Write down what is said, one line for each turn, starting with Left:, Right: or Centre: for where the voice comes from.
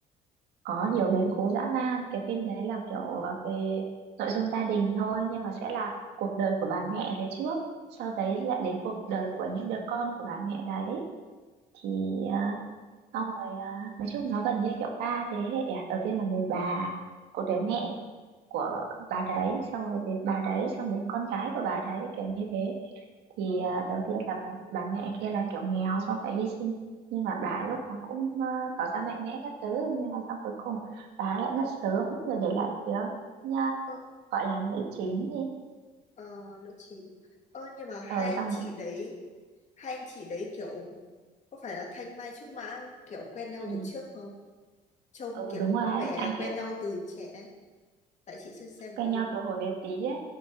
Right: có nhiều biến cố dã man cái phim đấy là kiểu ờ, về nội dung gia đình thôi nhưng mà sẽ là cuộc đời của bà mẹ đấy trước sau đấy lại đến cuộc đời của những đứa con của bà mẹ đấy thì
Left: ừ
Right: ờ, xong rồi à, nói chung nó gần như kiểu ba thế hệ à. đầu tiên là người bà của đứa mẹ của bà đấy xong rồi đến bà đấy xong đến con gái của bà đấy kiểu như thế thì
Left: nó
Right: à, đầu tiên là bà, bà mẹ kia là kiểu nghèo xong phải hy sinh nhưng mà bà lúc nào cũng ờ, tỏ ra mạnh mẽ các thứ nhưng mà sau cuối cùng bà lại mất sớm rồi để lại phía nha
Left: ơ
Right: gọi là nữ chính đi
Left: ờ, nữ chính ơ nhưng mà hai
Right: ờ
Left: anh
Right: xong
Left: chị
Right: rồi
Left: đấy hai anh chị đấy kiểu có phải là thanh mai trúc mã không? kiểu quen nhau
Right: ừ,
Left: từ trước không trông
Right: ừ
Left: kiểu
Right: đúng rồi
Left: có
Right: ấy,
Left: vẻ
Right: anh
Left: là quen
Right: kia
Left: nhau từ trẻ tại chị chưa xem nội
Right: quen
Left: dung
Right: nhau từ hồi bé tí ấy